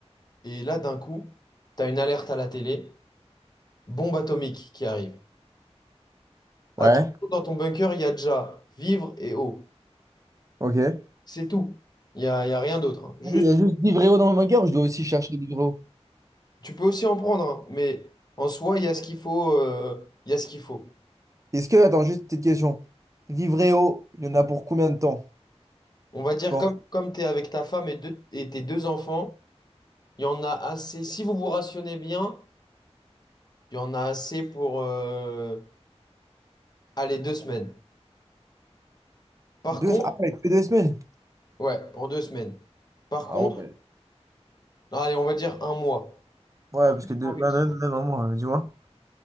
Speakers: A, on the left (about 40°); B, on the right (about 30°).
A: et là, d'un coup, tu as une alerte à la télé, bombe atomique qui arrive. Attention,
B: Ouais.
A: dans ton bunker, il y a déjà vivre et eau.
B: Ok.
A: C'est tout. Il n'y a, il y a rien d'autre. hein. Juste,
B: Il y a juste Vivreo dans ma guerre ou je dois aussi chercher Vivreo?
A: tu peux aussi en prendre, hein, mais en soi, il y a ce qu'il faut. euh, il y a ce qu'il faut.
B: Est-ce que, attends, juste une petite question. Vivreo, il y en a pour combien de temps?
A: On va dire,
B: Tu penses?
A: comme, comme tu es avec ta femme et, deux- et tes deux enfants, il y en a assez. Si vous vous rationnez bien, il y en a assez pour euh, aller deux semaines. Par
B: Deux...
A: contre,
B: Ah ouais, que deux semaines?
A: ouais, pour deux semaines. Par
B: Ah
A: contre,
B: ouais.
A: allez, on va dire un mois.
B: Ouais,
A: Un
B: parce
A: petit
B: que deux-
A: peu envie
B: ouais,
A: de
B: même, même un mois. euh, dis-moi.